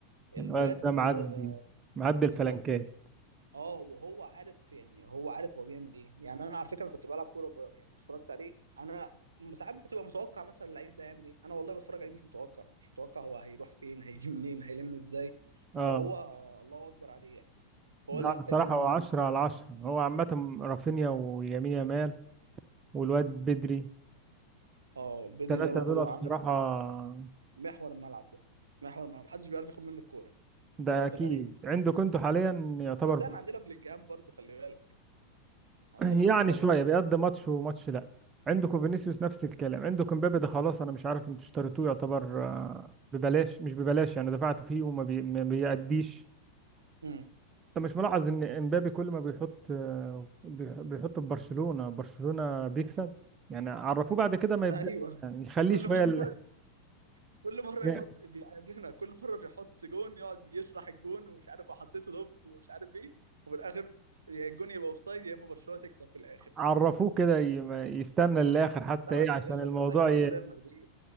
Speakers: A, on the right; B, on the right.
A: الواد
B: الواد ده معدي
A: آه،
B: معدي الفلنكات
A: الواد اه وهو عارف يعني هو عارف هو بيعمل ايه يعني انا على فكره انا كنت بلعب كوره وب... يعني اتفرجت عليه انا ساعات بتبقى متوقع مثلا اللعيب ده هيعمل ايه انا والله بتفرج عليه مش متوقع مش متوقع هو هيروح فين هيجي منين هيلم ازاي
B: اه
A: فهو آه. الله اكبر عليه يعني واقول
B: لا
A: لك
B: بصراحه
A: تاني مين
B: هو 10 على 10 هو عامه رافينيا ويمين يامال والواد بدري
A: اه بدري
B: الثلاثه
A: ده برضو
B: دول بصراحه
A: عامل محور الملعب ده محور الملعب محدش بيعرف ياخد منه الكوره
B: ده
A: واد
B: اكيد
A: غريب
B: عندك انتوا حاليا يعتبر
A: بس انا عندنا بلينجهام برضو خلي بالك عندنا
B: يعني
A: بلينجهام
B: شويه
A: برضو
B: بيقضي ماتش وماتش لا عندكم فينيسيوس نفس الكلام عندكم مبابي ده خلاص انا مش عارف انتوا اشتريتوه يعتبر آه، ببلاش مش ببلاش يعني دفعت فيه وما بي... ما بيأديش
A: امم
B: انت مش ملاحظ ان امبابي كل ما بيحط آه، بي- بيحط في برشلونه برشلونه بيكسب يعني عرفوه بعد كده ما يبدأ
A: ايوه
B: يعني يخليه
A: كل
B: شويه
A: مره
B: ال-
A: كل مره
B: <laughs>
A: يحط بيعرفنا كل مره بيحط جون يقعد يشرح الجون ومش عارف وحطيته لوب ومش عارف ايه وفي الاخر يا الجون يبقى اوفسايد يا اما برشلونه تكسب في الاخر
B: عرفوه كده ي- ما يستنى للاخر حتى
A: لا
B: ايه
A: بس
B: عشان
A: يا باشا
B: الموضوع
A: بس احنا برضو ريال مدريد